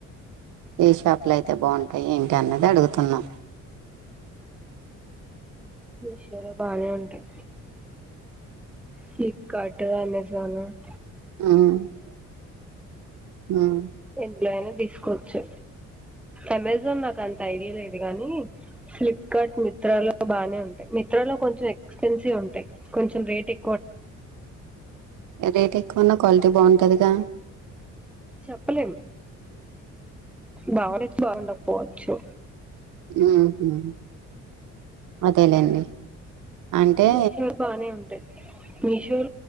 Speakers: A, on the right; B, in the centre.
A: ఏ షాపులు అయితే బాగుంటాయి ఏంటి అన్నది అడుగుతున్నాం
B: నషర బానే ఉంటాయి ఫ్లిప్ కార్ట్ అమెజాన్ అమెజాన్
A: హ్మ్
B: ఎందులో అయినా తీసుకోవచ్చు అమెజాన్ నాకు అం ఐడియా లేదు గానీ స్లిప్ బట్ మింత్రాల్లో బానే ఉంటు మింత్రాలో కొంచెం ఎక్స్పెన్సివ్ ఉంటాయి కొంచెం రేట్ ఎ
A: అదైతే కొన్న క్వాలిటీ బావుంటదిగా
B: చెప్పలేం బాగుండొచ్చు బాగుండక పోవచ్చు
A: ఊహూ అదేలేండి అంటే
B: మీషోలొ బానే ఉంటాయి మీషో